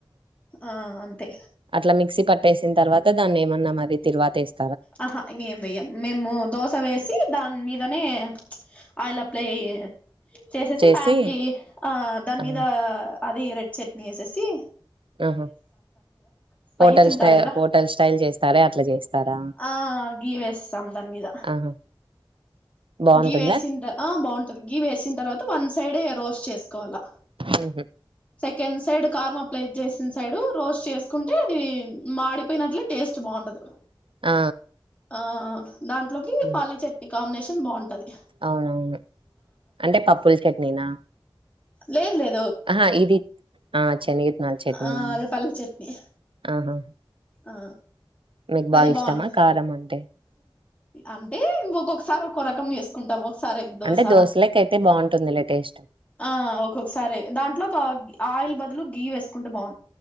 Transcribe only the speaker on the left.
ఆ అం తే
అహ ఇంగేం వెయ్యం మేము దోస వేసి దాని మీ దనే ఆయిల్ అప్లై చేసేసి
ప్యాన్ కి ఆ దాని
మీదా అది రెడ్ చట్నీ ఏసెసి
స్పైస్
ఉంటది
కదా
ఆ గీ వేస్తాం దాని మీద
గీ వేసిన్ ఆ బాగుంటది గీ వేసిన తర్వా వన్ సైడే రోస్ట్ చేసుకోవాలా
కింద్ సైడ్ కారమప్లై చేసిన సైడు రోస్ట్ చేసుకుంటే అది మాడిపోయినట్లు టేస్ట్ బాగుండదు
ఆ దాంట్లోకి
పల్లీ చట్నీ కాంబినేషన్ బావుంటది.
లేద్ లేద్
ఆ అదే పల్లీ చట్నీ
ఆ
అది
బాగుంటది
అంటే ఉంగొక్కొక్కసారి ఒక్కో రకం చేసుకుంటాము ఓ సారి ఎగ్ దోస
ఆ ఒక్కోకసారి దాంట్లోకు ఆయిల్ బ అందులో గీ వేసుకుంటే బాగుం